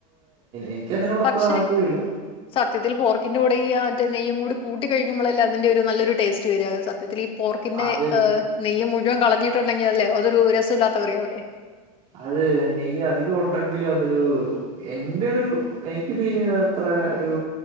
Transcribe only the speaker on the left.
പക്ഷെ
സത്യത്തിൽ പോർക്കിന്റെ കൂടെ ഈ.. മറ്റേ നെയ്യും കൂടി കൂട്ടി കഴിക്കുമ്പോഴല്ലേ അതിന്റെ ഒരു നല്ലൊരു ടേസ്റ്റ് വര സത്യത്തിൽ ഈ പോർക്കിന്റെ,
ഹ, നെയ്യ് മുഴുവൻ കളഞ്ഞിട്ടുണ്ടെങ്കിൽ അല്ലെ അതൊരു രസമില്ലാത്ത കറിയാവുല്ലേ